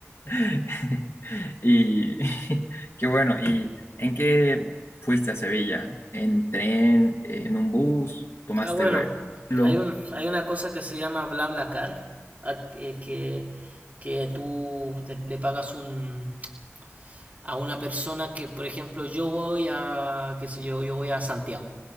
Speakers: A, on the left; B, on the right.
A: <laughs> Y <laughs> qué bueno. ¿Y en qué fuiste a Sevilla? ¿En tren? ¿En un bus? ¿Tomaste
B: Ah, bueno,
A: vuelo?
B: hay un, hay una cosa que se llama BlaBlaCar, a- eh, que, que tú te- le pagas un, a una persona que, por ejemplo, yo voy a, qué sé yo, yo voy a Santiago